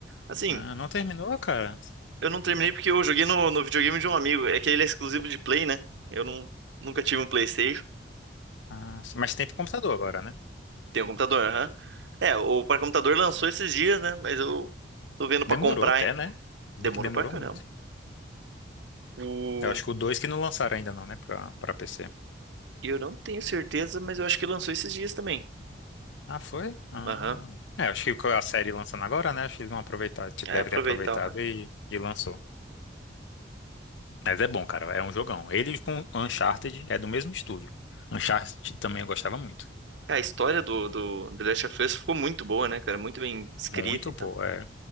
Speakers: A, on the right; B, on the left.
A: Assim,
B: Ah, não terminou, cara?
A: eu não terminei porque eu joguei no, no videogame de um amigo. É que ele é exclusivo de Play, né? Eu não, nunca tive um PlayStation.
B: Ah, sim. mas tem pro computador agora, né?
A: Tem um computador, aham. É, o para computador lançou esses dias, né? Mas eu tô vendo pra
B: Demorou
A: comprar,
B: até,
A: hein?
B: né? Vi
A: Demorou
B: que demorou
A: pra caramba.
B: muito.
A: O...
B: Eu acho que o 2 que não lançaram ainda não, né? Pra, pra PC.
A: Eu não tenho certeza, mas eu acho que lançou esses dias também.
B: Ah, foi? Ah.
A: Aham.
B: É, acho que que a série lançando agora, né? Acho que eles vão aproveitar. Tipo,
A: É,
B: deve
A: aproveitar.
B: ter aproveitado
A: o- hype.
B: e, e lançou. Mas é bom, cara. É um jogão. Ele com Uncharted é do mesmo estúdio. Uncharted também eu gostava muito.
A: A história do, do The Last of Us ficou muito boa, né, cara? Muito bem escrita
B: Muito,
A: e tal.
B: pô. É.